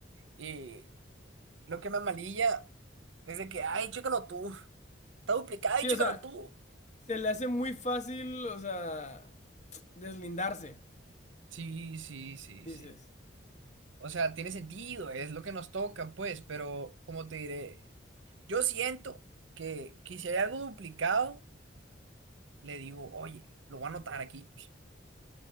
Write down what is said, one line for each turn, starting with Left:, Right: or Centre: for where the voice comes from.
Right: Y lo que me amalilla es de que, ay, chécalo tú. Está duplicado
Left: Sí,
Right: y chécalo
Left: o sea,
Right: tú.
Left: se le hace muy fácil, o sea, <tsk> deslindarse,
Right: Sí, sí, sí,
Left: dices.
Right: sí. O sea, tiene sentido, es lo que nos toca, pues, pero como te diré, yo siento que, que si hay algo duplicado, le digo, oye, lo voy a anotar aquí.